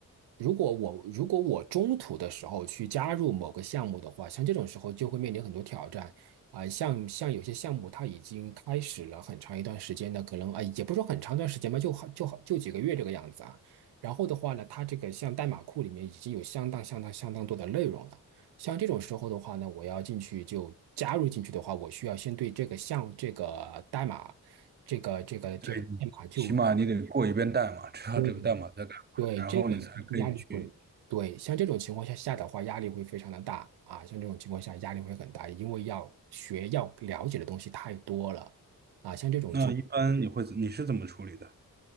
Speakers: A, on the right; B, on the right.
A: 如果我如果我中途的时候去加入某个项目的话，像这种时候就会面临很多挑战啊、像像有些项目它已经开始了很长一段时间的，可能啊、也不是说很长一段时间吧，就好就好就几个月这个样子啊。然后的话呢，它这个像代码库里面已经有相当相当相当多的内容了。像这种时候的话呢，我要进去就加入进去的话，我需要先对这个项这个代码，这个这个这个代码就
B: 对，起码你得过一遍代码，知道这个代码在干嘛，
A: 对对这个压力会对，
B: 然后你才可以去。
A: 像这种情况下下的话，压力会非常的大啊，像这种情况下压力会很大，因为要学要了解的东西太多了啊，像这种就
B: 那一般你会你是怎么处理的？